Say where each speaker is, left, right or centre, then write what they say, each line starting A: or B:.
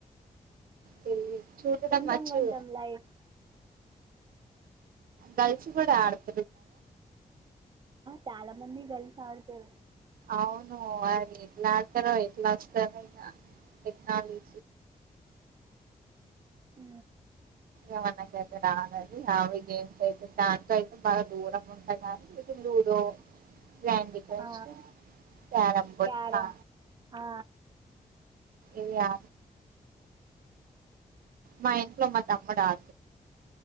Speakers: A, on the right (about 85°); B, on the right (about 30°).
A: తెలిదు చూడడం
B: కొంచెం
A: వచ్చు
B: కొంచెం లైట్
A: గర్ల్స్ కూడా ఆడత
B: చాలా మంది తెలి సార్ చే
A: అవును వారు ఎట్లా ఆడతారో ఎట్లా వస్తార చాలేజ
B: ఉ
A: <unintelligible> అవి గే అయితే దాంట్ అయితే బాగా దూరం ఉండగానీ ఇది లూడో గ్యాండీ క్రష్
B: ఆ,
A: క్యారం బోడ్లా
B: క్యారమ్ ఆ,
A: ఇది ఆ మా ఇంట్లో మా తమ్ముడు ఆ